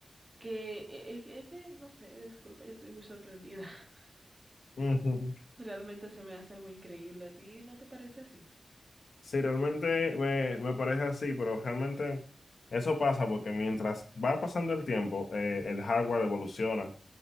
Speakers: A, on the right; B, on the left.
A: que es que, no sé, disculpa, yo estoy muy sorprendida. <laughs>
B: <laughs>
A: Realmente se me hace algo increíble. ¿A ti no te parece así?
B: Sí, realmente me, me parece así, pero realmente eso pasa porque mientras va pasando el tiempo, eh, el hardware evoluciona.